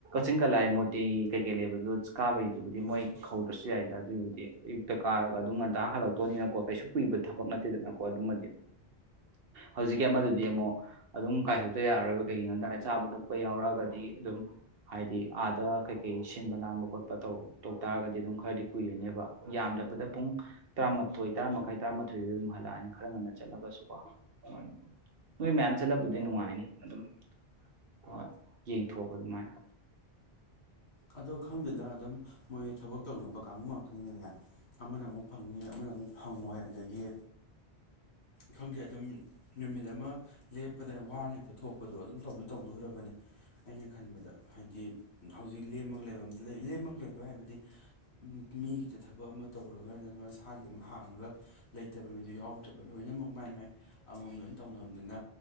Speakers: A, on the right (about 65°); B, on the left (about 85°).
A: ꯆꯤꯡꯀꯂꯑ ꯃꯣꯇꯤ ꯀꯩꯀꯩ ꯂꯩꯕꯗꯨ ꯀꯥꯕꯩꯗꯨꯕꯨꯗꯤ ꯃꯣꯏ ꯀꯧꯗ꯭ꯔꯁꯨ ꯌꯥꯏꯗ ꯑꯗꯨꯒꯤꯕꯨꯗꯤ ꯑꯌꯨꯛꯇ ꯀꯥꯔꯒ ꯑꯗꯨꯝ ꯉꯟꯇꯥ ꯍꯜꯂꯛꯇꯣꯏꯅꯤꯅꯀꯣ ꯀꯩꯁꯨ ꯀꯨꯏꯕ ꯊꯕꯛ ꯅꯠꯇꯦꯗꯅꯀꯣ ꯑꯗꯨꯃꯗꯤ ꯍꯧꯖꯤꯛꯀꯤ ꯑꯃꯗꯗꯤ ꯑꯃꯨꯛ ꯑꯗꯨꯝ ꯀꯥꯏꯊꯣꯛꯇ ꯌꯥꯔꯔꯣꯏꯕ ꯀꯩꯒꯤꯅꯣ ꯍꯥꯏꯔ ꯆꯥꯕ ꯊꯛꯄ ꯌꯥꯎꯔꯛꯑꯒꯗꯤ ꯑꯗꯨꯝ ꯍꯥꯏꯗꯤ ꯑꯥꯗ ꯀꯩꯀꯩ ꯁꯤꯟꯕ ꯂꯥꯟꯕ ꯈꯣꯠꯄ ꯇꯧ ꯇꯧ ꯇꯥꯔꯒꯗꯤ ꯑꯗꯨꯝ ꯈꯔꯗꯤ ꯀꯨꯏꯔꯅꯦꯕ ꯌꯥꯝꯗ꯭ꯔꯕꯗ ꯄꯨꯡ ꯇꯔꯥꯃꯥꯊꯣꯏ ꯇꯔꯥꯃꯥꯏ ꯇꯔꯥꯃꯥꯊꯣꯏꯗ ꯑꯗꯨꯝ ꯍꯜꯂꯛꯑꯅꯤ ꯈꯔ ꯉꯟꯅ ꯆꯠꯂꯒꯁꯨꯀꯣ ꯍꯣꯏ ꯅꯣꯏ ꯃꯌꯥꯝ ꯆꯠꯂꯕꯨꯗꯤ ꯅꯨꯡꯉꯥꯏꯅꯤ ꯑꯗꯨꯝ ꯍꯣꯏ ꯌꯦꯡꯊꯣꯛꯕ ꯑꯗꯨꯃꯥꯏꯅ
B: ꯑꯗꯣ ꯈꯪꯗꯗ ꯑꯗꯨꯝ ꯃꯣꯏ ꯊꯕꯛ ꯇꯧꯅꯕ ꯀꯥꯡꯕꯨ ꯉꯥꯛꯇꯅꯤꯗꯅꯦ ꯑꯃꯅ ꯑꯃꯨꯛ ꯐꯪꯉ ꯑꯃꯅ ꯑꯃꯨꯛ ꯐꯪꯉꯣꯏ ꯑꯗꯒꯤ ꯈꯪꯗꯦ ꯑꯗꯨꯝ ꯅꯨꯃꯤꯠ ꯑꯃ ꯂꯦꯞꯄꯗ ꯋꯥꯅ ꯍꯦꯛꯇ ꯊꯣꯛꯄꯗꯣ ꯑꯗꯨꯝ ꯇꯧꯗꯣꯔꯕꯅꯦ ꯑꯩꯅ ꯈꯟꯕꯗ ꯍꯥꯏꯗꯤ ꯍꯧꯖꯤꯛ ꯂꯦꯝꯃꯛꯒ ꯂꯩꯕ ꯑꯝꯇ ꯂꯩ ꯂꯦꯝꯃꯒ ꯂꯩꯕ ꯍꯥꯏꯕꯗꯤ ꯃꯤꯒꯤꯗ ꯊꯕꯛ ꯑꯃ ꯇꯧꯔꯒ ꯅ ꯃꯁꯥꯒꯤ ꯑꯃ ꯍꯥꯡꯉꯒ ꯂꯩꯇꯕ ꯃꯤꯗꯨ ꯌꯥꯎ ꯅꯠꯇ꯭ꯔꯕ ꯂꯣꯏꯅꯃꯛ ꯃꯥꯏ ꯃꯥꯏ ꯑꯃꯉꯝ ꯂꯣꯏ ꯇꯧꯅꯕꯅꯕꯅꯤꯅ